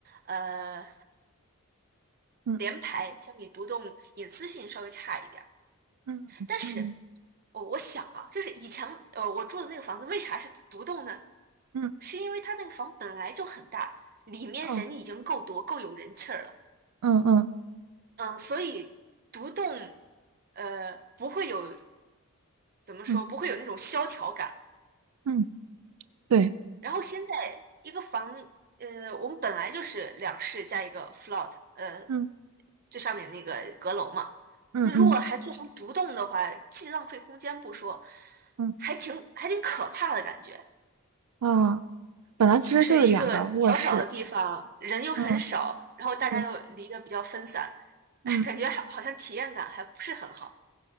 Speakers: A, on the right; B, on the right.
A: 呃，
B: 嗯
A: 联排相比独栋隐私性稍微差一点儿，
B: 嗯嗯
A: 但是。我我想啊，就是以前呃我住的那个房子为啥是独栋呢？
B: 嗯，
A: 是因为它那个房本来就很大，里面人已经够多，
B: 哦，
A: 够有人气儿了。
B: 嗯嗯
A: 嗯，所以独栋呃不会有怎么说，
B: 嗯
A: 不会有那种萧条感。
B: 嗯，对，
A: 然后现在一个房呃，我们本来就是两室加一个 float，呃，
B: 嗯
A: 最上面那个阁楼嘛。
B: 嗯嗯
A: 那如果还做成独栋的话，既浪费空间不说，
B: 嗯，
A: 还挺还挺可怕的感觉。
B: 啊，本来其实就是两个卧室，
A: 就是一个小小的地方，人又很少，
B: 嗯
A: 然后大家又离得比较分散，
B: 对，嗯。
A: 哎，感觉好好像体验感还不是很好。